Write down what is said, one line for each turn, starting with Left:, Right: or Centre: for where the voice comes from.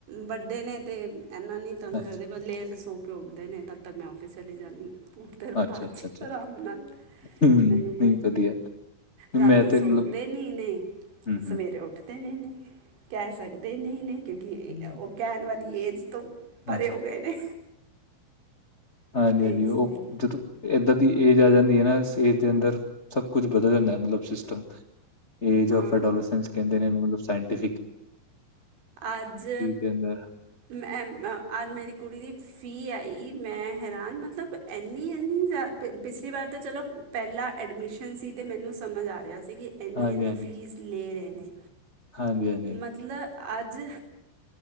Right: ਵੱਡੇ ਨੇ ਅਤੇ ਇੰਨਾ ਨਹੀਂ ਤੰਗ ਕਰਦੇ
Left: ਅੱਛਾ,
Right: ਪਰ ਲੇਟ ਸੋ ਕੇ ਉੱਡਦੇ ਨੇ ਤਦ ਤੱਕ ਮੈਂ ਆਫਿਸ ਚਲੀ ਜਾਂਦੀ ਹ। ਤੇਰ
Left: ਅੱਛਾ,
Right: ਬਾਅਦ
Left: ਅੱਛਾ,
Right: 'ਚ
Left: ਅੱਛਾ
Right: ਆਰਾਮ ਨਾਲ
Left: ਹੂੰ
Right: ਮੈਨੂੰ ਕੋਈ
Left: ਨਹੀਂ ਵਧੀਆ ਮੈਂ
Right: ਰਾਤੀ
Left: ਤੇ
Right: ਸੌ
Left: ਮਤਲਬ
Right: ਦੇ ਨਹੀਂ ਇ
Left: ਹੂੰ,
Right: ਸਵੇਰੇ ਉੱਠਦੇ ਨੇ ਕਹਿ ਸਕਦੇ ਨਹੀਂ ਇਉਂਿ ਠੀਕ
Left: ਹੂੰ
Right: ਹੈ ਉਹ ਕਹਿਣ ਵਾਲੀ ਏਜ ਤੋਂ ਪਰੇ
Left: ਹਾਂ
Right: ਹੋ ਗਏ ਨੇ।
Left: ਹਾਂਜੀ-ਹਾਂਜੀ
Right: ਤੇ ਇਸ
Left: ਉਹ
Right: ਲਈ
Left: ਜਦੋਂ ਇੱਦਾਂ ਦੀ ਏਜ ਆ ਜਾਂਦੀ ਹੈ ਨਾ ਇਸ ਏਜ ਦੇ ਅੰਦਰ ਸਭ ਕੁੱਝ ਬਦਲ ਜਾਂਦਾ ਮਤਲਬ ਸਿਸਟਮ। ਏਜ
Right: ਹਾਂ
Left: ਔਫ ਡੋੋਲਿਸੈਂਸ ਕਹਿੰਦੇ ਨੇ ਮਤਲਬ ਸਾਇੰਟੀਫਿਕ।
Right: ਅੱਜ
Left: ਦੇ ਅੰਦਰ
Right: ਮੈਂ ਅੱਜ ਮੇਰੀ ਕੁੜੀ ਦੀ ਫੀ ਆਈ ਮੈਂ ਹੈਰਾਨ ਮਤਲਬ ਇੰਨੀ-ਇੰਨੀ ਜ਼ਿਆ ਪਿਛਲੀ ਵਾਰ ਤਾਂ ਚਲੋ ਪਹਿਲਾਂ ਐਡਮਿਸ਼ਨ ਸੀ ਤੇ ਮੈਨੂੰ ਸਮਝ ਆ ਰਿਹਾ ਸੀ ਕਿ ਇਨੀ-ਇੰਨੀ
Left: ਹਾਂਜੀ ਹਾਂਜੀ
Right: ਫੀਸ ਲੈ ਰਹੇ ਨੇ
Left: ਹਾਂਜੀ ਹਾਂਜੀ ਹਾਂਜੀ
Right: ਮਤਲਬ ਅੱਜ